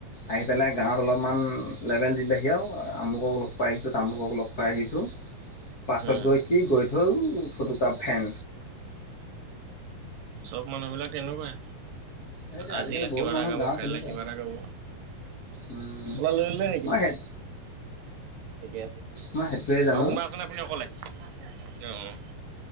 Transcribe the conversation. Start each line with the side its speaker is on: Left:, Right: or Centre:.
Left: আহি পেলাই গাঁৱত অলপমান লেভেল দিলেহি আও আমুকক লগ পাই আহিছো তামুকক লগ পাই আহিছো পাছত
Right: উম
Left: গৈ কি গৈ থৈ ও ফুটুকা ফেন
Right: চব মানুহ বিলাক তেনেকোৱাই
Left: সেইটোৱে আজিকালি
Right: আজি ইয়াত
Left: বহুত
Right: কিবা
Left: মানুহ
Right: এটা গাব
Left: গাঁৱত
Right: কাইলে
Left: তেনেকুৱাই
Right: কিবা এটা গাব
Left: উম
Right: টোপোলা লৈ ললে নেকি
Left: মই সেই
Right: ঠিকে আছে
Left: মই সেইটোৱে জানো
Right: আও কোনোবা আছে নে আপুনি অক'লে আছে আছে অ অ